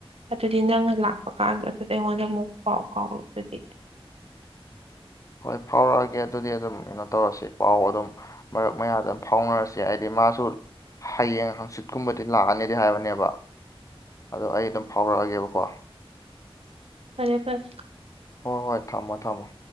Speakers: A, on the right (about 75°); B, on the left (about 35°).
A: ꯑꯗꯨꯗꯤ ꯅꯪꯅ ꯂꯥꯛꯄ ꯀꯥꯟꯗ ꯑꯗꯨꯗꯤ ꯑꯩꯉꯣꯟꯗ ꯑꯃꯨꯛ ꯄꯥꯎ ꯐꯥꯎꯔꯣ ꯑꯗꯨꯗꯤ
B: ꯍꯣꯏ ꯐꯥꯎꯔꯛꯑꯒꯦ ꯑꯗꯨꯗꯤ ꯑꯗꯨꯝ ꯀꯩꯅꯣ ꯇꯧꯔꯁꯤ ꯄꯥꯎ ꯑꯗꯨꯝ ꯃꯔꯛ ꯃꯌꯥꯗ ꯑꯗꯨꯝ ꯐꯥꯎꯅꯔꯁꯤ ꯍꯥꯏꯗꯤ ꯃꯥꯁꯨ ꯍꯌꯦꯡ ꯍꯪꯆꯤꯠꯀꯨꯝꯕꯗꯤ ꯂꯥꯛꯑꯅꯤꯗꯤ ꯍꯥꯏꯕꯅꯦꯕ ꯑꯗꯣ ꯑꯩ ꯑꯗꯨꯝ ꯐꯥꯎꯔꯛꯑꯒꯦꯕꯀꯣ
A: ꯐꯔꯦ ꯐꯔꯦ
B: ꯍꯣꯏ ꯍꯣꯏ ꯊꯝꯃꯣ ꯊꯝꯃꯣ